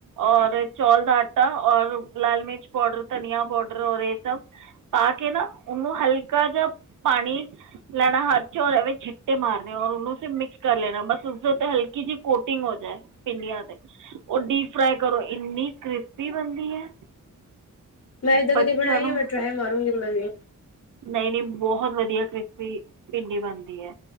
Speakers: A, on the right (about 70°); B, on the left (about 50°).
A: ਔਰ ਚੌਲ ਦਾ ਆਟਾ ਔਰ ਲਾਲ ਮਿਰਚ ਪਾਊਡਰ ਧਨੀਆਂ ਪਾਊਡਰ ਔਰ ਇਹ ਸਭ ਪਾ ਕੇ ਨਾ ਉਹਨੂੰ ਹਲਕਾ ਜਾ ਪਾਣੀ ਲੈਣਾ ਹੱਥ ਚ ਔਰ ਐਵੇਂ ਛਿੱਟੇ ਮਾਰਨੇ ਔਰ ਉਹਨੂੰ ਮਿਕਸ ਕਰ ਲੈਣਾ ਬਸ ਉਸਦੇ ਉਤੇ ਹਲਕੀ ਜਿਹੀ ਕੋਟਿੰਗ ਹੋ ਜਾਏ ਭਿੰਡੀਆਂ ਤੇ ਉਹ ਡੀਪ ਫਰਾਈ ਕਰੋ ਇੰਨੀ ਕ੍ਰਿਸਪੀ ਬਣਦੀ ਹੈ
B: ਮੈਂ ਇੱਦਾਂ
A: ਬੱਚਿਆਂ
B: ਕਦੀ ਬਣਾਈ
A: ਨੂੰ
B: ਹੈ ਮੈਂ ਟਰਾਈ ਮਾਰੂਂਗੀ ਮੈਂ ਵੀ
A: ਨਹੀਂ ਨਹੀਂ ਬਹੁਤ ਵਧੀਆ ਕ੍ਰਿਸਪੀ ਪਿੰਡੀ ਬਣਦੀ ਹੈ